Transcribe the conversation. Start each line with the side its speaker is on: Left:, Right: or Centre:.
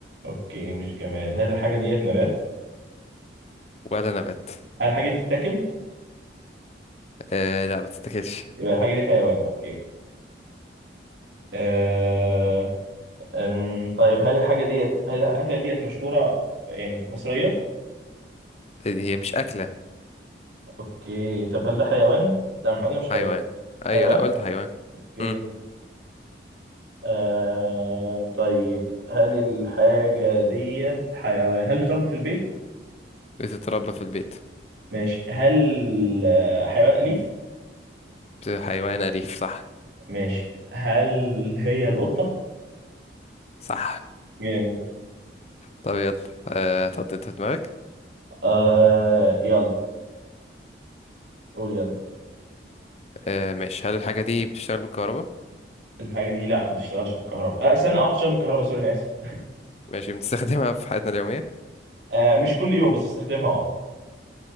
Right: اوكي مش جماد هل الحاجة ديت نبات؟
Left: ولا نبات
Right: هل الحاجة دي تتاكل؟
Left: آه لا ما تتاكلش
Right: يبقى الحاجة دي حيوان أوكي آه... أم... طيب هل الحاجة ديت هل الأكلة ديت مشهورة يعني مصرية؟
Left: آه، هي مش أكلة
Right: أوكي طب هل ده حيوان؟ لا احنا قلنا مش حيوان
Left: حيوان أيوة
Right: حيوان؟
Left: لا قلت حيوان
Right: أوكي
Left: مم.
Right: آه... طيب هل الحاجة ديت حيوان؟ هل بتربى في البيت؟
Left: بتتربى في البيت
Right: ماشي هل آه، حيوان أليف؟
Left: بت- حيوان أليف صح
Right: ماشي هل هي القطة؟
Left: صح
Right: جامد
Left: طب يلا آه تحط انت في دماغك
Right: آه... يلا قول يلا
Left: آه ماشي هل الحاجة دي بتشتغل بالكهرباء
Right: الحاجة دي لا ما بتشتغلش بالكهرباء آه، استنى اه بتشتغل بالكهرباء سوري أنا آسف
Left: ماشي بنستخدمها في حياتنا اليومية
Right: آه مش كل يوم بس بستخدمها اه